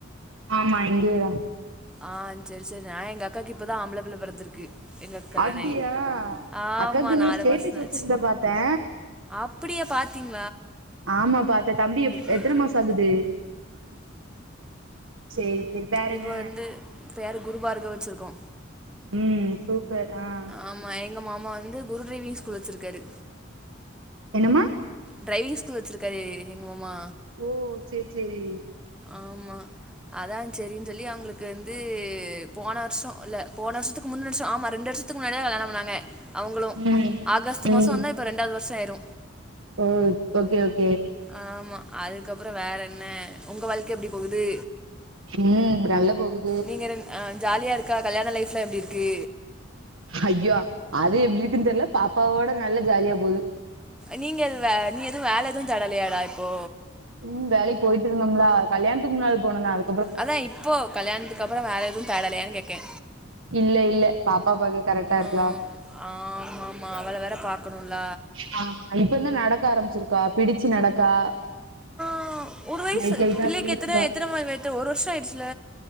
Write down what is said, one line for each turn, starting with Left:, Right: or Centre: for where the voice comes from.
Right: ஆமா இங்கயேதா
Centre: ஆஹ் சேர் செரி நா எங்க அக்காக்கி இப்பதா ஆம்பிள பிள்ள பிறந்துருக்கு எங்கக்கா கல்யாண
Right: அப்டியா
Centre: ஆயி ஆமா
Right: அக்காக்கு
Centre: நாலு
Right: நீ ஸ்டேட்டஸ்
Centre: மாசந்தா
Right: வச்சிருந்த
Centre: ஆச்சு
Right: பாத்தே
Centre: அப்டியா பாத்தீங்
Right: ஆமா பாத்தே தம்பி எப்
Centre: ரைட்
Right: எத்தன
Centre: ரைட்
Right: மாசோ ஆகுது சேரி சேரி பேர்
Centre: இப்ப
Right: என்ன
Centre: வந்து பேரு குரு பார்கவ் வச்சிருக்கோ
Right: ம் சூப்பர் ஆஹ்
Centre: ஆமா எங்க மாமா வந்து குரு டிரைவிங் ஸ்கூல் வச்சுருக்காரு
Right: என்னம்மா
Centre: ட்ரைவிங் ஸ்கூல் வச்சிருக்காரு எங்க மாமா
Right: ஓ சேர் சேரி
Centre: ஆமா அதா செரின் சொல்லி அவங்களுக் கு வந்து போன வர்ஷோ இல்ல போன வர்ஷத்துக்கு முந்தன வர்ஷோ ஆமா ரெண்டு வர்ஷத்துக்கு முன்னாடிதா கல்யாணோ பண்ணாங்க அவங்களு
Right: ம்
Centre: ஆகஸ்டு மாசோ
Right: ம்
Centre: வந்தா இப்போ ரெண்டாவது வர்ஷோ ஆயிரு
Right: ஓ ஓகே ஓகே
Centre: ஆமா அதுக்கப்றோ வேற என்ன உங்க வாழ்க்கை எப்டி போகுது
Right: ம் நல்ல போகுத்
Centre: நீங்க ரெண் அஹ் ஜாலியா இருக்கா கல்யாண லைஃப்லா எப்டி இருக்கு
Right: ஐயோ அது எப்டி இருக்குன்னு தெர்ல பாப்பாவோட நல்லா ஜாலியா போது
Centre: நீங்க எது வே நீ எதுவு வேல எதுவு தேடலையாடா இப்போ
Right: ம் வேலைக்கு போயிட்டு இருந்தோம்லா கல்யாணத்துக்கு முன்னாள் போன நானு
Centre: அதா இப்போ கல்யாணத்துக்கு அப்றோ வேல எதுவு தேடலையான்னு கேக்கே
Right: இல்ல இல்ல பாப்பா பாக்க கரெக்டா இருக்குலா
Centre: ம் ஆமா ஆமா அவள வேற பாக்கணுல்ல
Right: ஆ இப்பந்தா நடக்க ஆரம்பிச்சிருக்கா பிடிச்சி நடக்கா
Centre: ஆ ஒரு வயசு
Right: லைட் லைட்டா
Centre: பிள்ளைக்கு
Right: பேசுறா
Centre: எத்தன எத்தன மா வைத்துல ஒரு வருஷோ ஆயிடுச்சுல